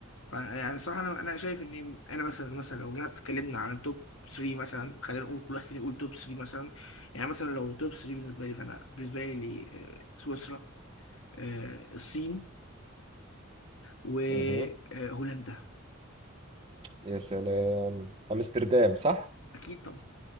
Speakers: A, on the left; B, on the right.
A: فيعني الصراحه انا انا شايف ان انا مثلا مثلا لو جينا اتكلمنا عن التوب 3 مثلا خلينا نقول كل واحد فينا يقول توب 3 مثلا يعني مثلا لو توب 3 بالنسبه لي فانا بالنسبه لي آه، سويسرا آه، الصين وهولندا
B: مهم. يا سلام أمستردام صح
A: اكيد طبعا